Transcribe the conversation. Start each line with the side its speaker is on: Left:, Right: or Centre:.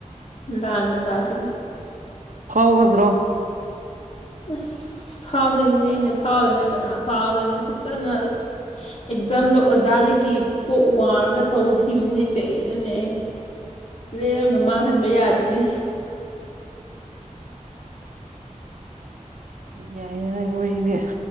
Left: ꯂꯥꯟ ꯃꯇꯥꯁꯤꯒ
Right: ꯐꯥꯎꯒꯗ꯭ꯔꯣ
Left: ꯑꯁ ꯑꯁ ꯐꯥꯎꯗꯣꯏꯅꯦ ꯑꯩꯅ ꯐꯥꯎꯗꯣꯏꯅꯦ ꯀꯅꯥ ꯐꯥꯎꯗꯣꯏꯅ ꯐꯖꯅ ꯑꯁ ꯑꯦꯛꯖꯥꯝꯗꯣ ꯑꯣꯖꯥ ꯑꯗꯒꯤ ꯀꯣꯛ ꯋꯥꯔꯒ ꯇꯧꯈꯤꯕꯅꯤꯅꯦ ꯀꯔꯤꯅꯣꯅꯦ ꯑꯩ
Right: <inaudible>
Left: ꯂꯦꯝꯅ ꯃꯥꯡꯍꯟꯕ ꯌꯥꯗꯦꯅꯦ꯫
Right: ꯌꯥꯏꯅꯦꯅ ꯑꯣꯏꯗ